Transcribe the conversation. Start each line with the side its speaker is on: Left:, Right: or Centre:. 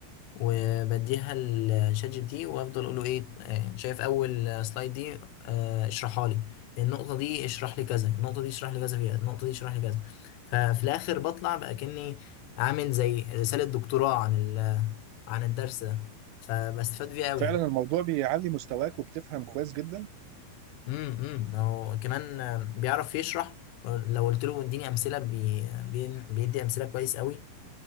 Left: وبديها لشات جي بي تي وافضل اقول له ايه آه، شايف اول سلايد دي آه، اشرحها لي النقطه دي اشرح لي كذا النقطه دي اشرح لي كذا فيها النقطه دي اشرح لي كذا ففي الاخر بطلع بقى كاني عامل زي رساله دكتوراه عن ال- عن الدرس ده فبستفاد فيه قوي
Right: فعلا الموضوع بيعلي مستواك وبتفهم كويس جدا؟
Left: امم امم هو كمان آه، بيعرف يشرح لو قلت له اديني امثله بي بي- بيدي امثله كويس قوي